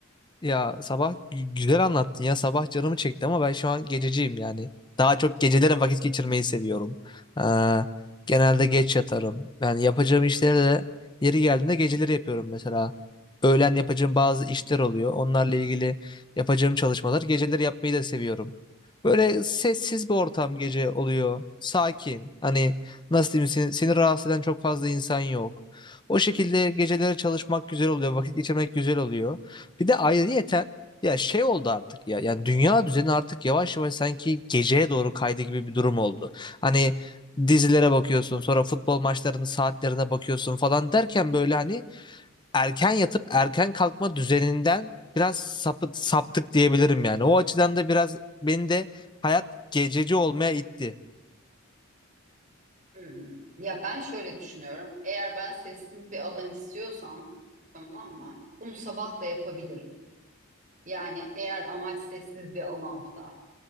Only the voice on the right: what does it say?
Hmm. Ya ben şöyle düşünüyorum. Eğer ben sessiz bir alan istiyorsam tamam mı? Bunu sabah da yapabilirim. Yani eğer amaç sessiz bir alansa